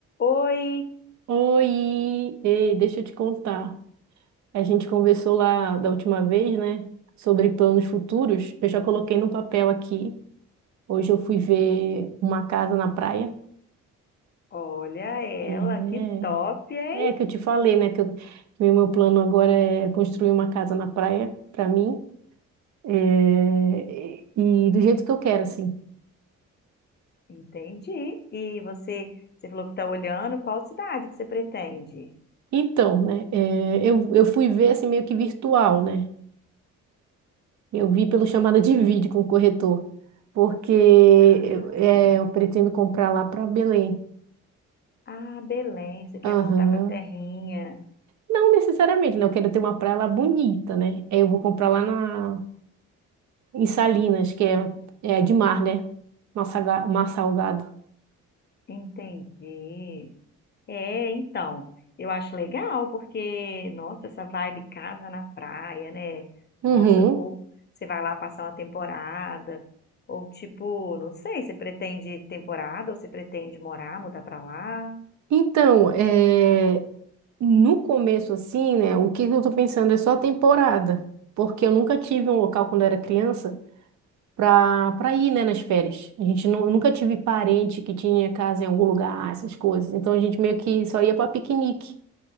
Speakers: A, on the left (about 35°); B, on the right (about 65°).
A: Oi,
B: Oi, ei, deixa eu te contar. A gente conversou lá da última vez, né, sobre planos futuros. Eu já coloquei no papel aqui. Hoje eu fui ver uma casa na praia.
A: olha ela,
B: É,
A: que top, hein?
B: é que eu te falei, né, que, eu- que o meu plano agora é construir uma casa na praia para mim, é, e e do jeito que eu quero, assim.
A: Entendi. E você, você falou que está olhando, qual cidade que você pretende?
B: Então, né, é, eu, eu fui ver assim meio que virtual, né? Eu vi pelo chamada de vídeo com o corretor, porque
A: Ah,
B: eu, é,
A: sim.
B: eu pretendo comprar lá para Belém.
A: Ah, Belém, você quer
B: Aham.
A: voltar para a terrinha.
B: Não necessariamente, né? Eu quero ter uma praia lá bonita, né? Aí eu vou comprar lá na, em Salinas, que é, é de mar, né? Mar, saga- mar salgado.
A: Entendi. É, então, eu acho legal porque, nossa, essa vibe casa na praia, né?
B: Uhum.
A: Nossa, ou você vai lá passar uma temporada, ou tipo, não sei, você pretende temporada ou você pretende morar, mudar para lá?
B: Então, é, no começo, assim, né? O que eu tô pensando é só a temporada, porque eu nunca tive um local quando eu era criança. pra, pra ir, né, nas férias. A gente nu- nunca tive parente que tinha casa em algum lugar, ah, essas coisas. Então a gente meio que só ia para piquenique.